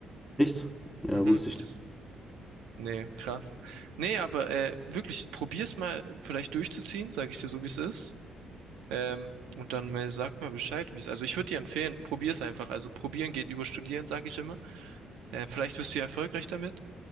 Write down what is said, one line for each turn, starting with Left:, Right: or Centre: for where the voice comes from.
Centre: Echt? Ja,
Right: Mhm.
Centre: wusste ich
Right: Das- Nee, krass. Nee, aber äh, wirklich, probier's mal vielleicht durchzuziehen, sage ich dir so, wie es ist. Ähm, und dann mal, sag mal Bescheid, wie es. Also ich würde dir empfehlen, probier's einfach. Also probieren geht über studieren, sage ich immer. Äh, vielleicht wirst du ja erfolgreich damit.